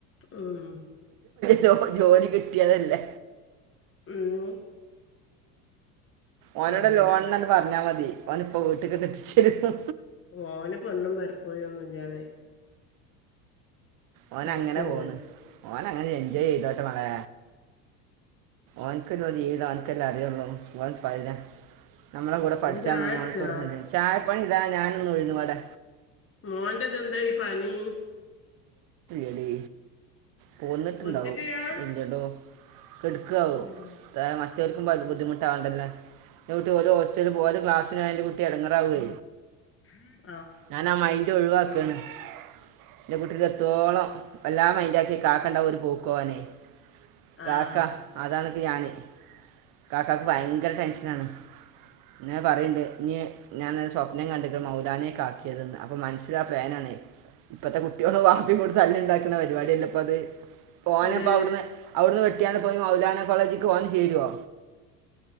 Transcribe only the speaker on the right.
ജൊ ജോലി കിട്ടിയതല്ലേ
ഓനോടെ
ലോൺനെന്നു പറഞ്ഞാ മതി ഓന് പ്പോ വീട്ട്കാണ്ടാങ്ങട്ട്എത്തിചെരും
ഓന
ങ്ങനെ പോണ് ഓന ങ്ങനെ എൻജോയ്
ചെയ്തോട്ടെ മാളെ ഓൻക്ള്ളൊരു ജീവിതം ഓന്കെല്ലേ അറിയുള്ളൂ <unintelligible> നമ്മളെ കൂടെ പഠിച്ചാ
ന്ന് ഓന്ക്ക് ഓർമല ചായപ്പണി താ ഞാനിന്ന് ഉഴുന്നു വടെ
എടി പോന്നിട്ടുണ്ടാവും
ഇല്യ ടൊ ക്കാവു
എ മറ്റൊൽക്കും പ ബുദ്ധിമുട്ടാാവണ്ടല്ലേ <unintelligible> ഓല് ഹോസ്റ്റൽല് പോവും ക്ലാസ്സിനോയ ന്റെ കുട്ടി എടങ്ങറാവേ
ഞാനാമൈൻറ് ഒഴിവാക്കാണ് എന്റെ വീട്ടില് എത്തോളം എല്ലാ മൈന്റാക്കി കാക്കണ്ടാവും ഒരു പോക്കോവാനെ കാക്ക
അതാണത് ഞാന് കാക്കാക്ക് ഭയങ്കര ടെൻഷനാണ് ഇങ്ങനെ പറിംണ്ട് ഇനി ഞാനരു സ്വപ്നം കണ്ടിക് മൗലാനെക്കാകാ ക്യതെന്ന് അപ്പം മനസ്സിലാ പ്ലാനാണേ ഇപ്പത്തെ കുട്ട്യാളും വാപ്പിം കൂടി തല്ല്ണ്ടാക്ന്ന പരിപാടില്ലെ പ്പ അത് പോന
പൗട്ന്ന് അവിട്ന്ന് വെട്ട ട്ട്യാണ്ട് പോയി മൗലാന കോളേജിക്ക് ഓന് ചേരോ